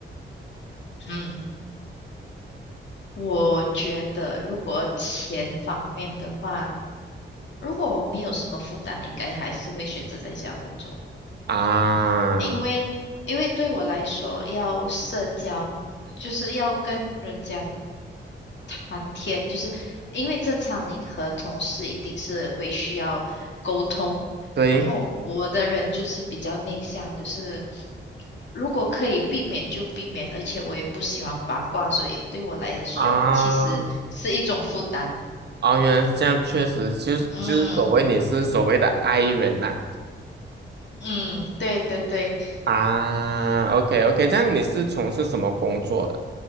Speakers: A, on the left; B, on the right.
A: 嗯，我觉得如果钱方面的话，如果我没有什么负担，应该还是会选择在家工作，
B: 啊？
A: 因为因为对我来说，要社交就是要跟人家谈天，就是因为正常你和同事一定是会需要沟通，
B: 对。
A: 然后我的人就是比较内向，就是如果可以避免就避免，而且我也不喜欢八卦，所以对我来说其实是一种负担。
B: 啊，哦，原来是这样，确实就是就是所谓你是所谓的
A: 嗯
B: I 人呐、
A: 嗯，对对对，
B: 啊。OK OK，这样你是从事什么工作的？